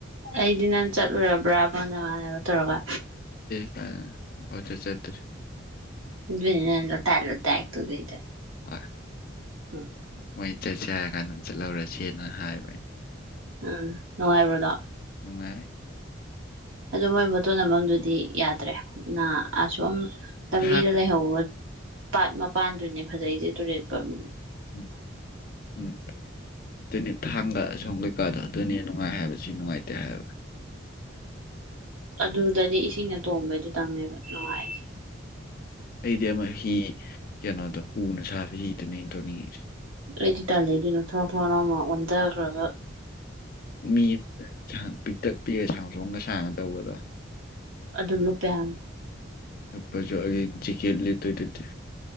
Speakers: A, on the right; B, on the left.
A: ꯑꯩꯗꯤ ꯅꯪ ꯆꯠꯂꯨꯔꯕ꯭ꯔꯥ ꯕꯨꯅ ꯇꯧꯔꯒ
B: <unintelligible>
A: ꯗꯨꯏꯅꯦ ꯅꯪ ꯂꯣꯇꯥꯛ ꯂꯣꯇꯥꯛ ꯇꯣꯂꯩꯗꯣ
B: ꯍꯣꯏ
A: <unintelligible>
B: ꯃꯣꯏ ꯆꯠꯁꯦ ꯍꯥꯏꯔ ꯀꯥꯟꯗ ꯆꯠꯍꯧꯔꯁꯦꯅ ꯍꯥꯏꯕ ꯑꯩꯅ
A: ꯎꯝ ꯅꯨꯡꯉꯥꯏꯕ꯭ꯔꯣꯗꯣ
B: ꯅꯨꯡꯉꯥꯏ
A: ꯑꯗꯨ ꯃꯣꯏ ꯐꯣꯇꯣ ꯅꯝꯕꯝꯗꯨꯗꯤ ꯌꯥꯗ꯭ꯔꯦ ꯅ ꯑꯁꯣꯝ ꯂꯝꯕꯤꯗ
B: ꯊꯥꯡ
A: ꯂꯩꯍꯧꯕ ꯄꯥꯠ ꯃꯄꯥꯟꯗꯨꯅꯦ ꯐꯖꯩꯁꯦ ꯇꯨꯔꯦꯠ ꯄꯝ
B: ꯎꯝ ꯎꯝ ꯇꯅꯤ ꯊꯥꯡꯒ ꯑꯁꯣꯝ ꯀꯩꯀꯥꯗ ꯑꯗꯨꯅꯦ ꯅꯨꯡꯉꯥꯏ ꯍꯥꯏꯕ ꯁꯤ ꯅꯨꯡꯉꯥꯏꯇꯦ ꯍꯥꯏꯕ
A: ꯑꯗꯨꯗꯗꯤ ꯏꯁꯤꯡꯅ ꯇꯣꯡꯕꯩꯗꯨꯇꯪꯅꯦꯕ ꯅꯨꯡꯉꯥꯏꯁꯦ
B: ꯑꯩꯗꯤ ꯑꯃ ꯍꯤ ꯀꯩꯅꯣꯗꯣ ꯎꯅ ꯁꯥꯕ ꯍꯤꯗꯨꯅꯦ ꯑꯩꯅ ꯇꯣꯡꯅꯤꯡꯉꯤꯁꯦ
A: ꯑꯩꯗꯤ ꯇꯥꯂꯦ ꯑꯗꯨꯅ ꯊꯔꯣ ꯊꯔꯣ ꯅꯣꯝꯃ ꯑꯣꯟꯊꯥꯈ꯭ꯔꯒ
B: ꯃꯤ ꯄꯤꯛꯇꯛ ꯄꯤꯛꯒ ꯁꯥꯡ ꯊꯣꯡꯒ ꯁꯥꯡꯉ ꯇꯧꯕꯗ
A: ꯑꯗꯨ ꯂꯨꯝꯄꯦ ꯍꯥꯏꯕꯅꯦ
B: ꯂꯨꯞꯄꯁꯨ ꯑꯩꯒꯤ ꯖꯤꯀꯦꯠ ꯂꯤꯠꯇꯣꯏꯗꯨꯗꯤ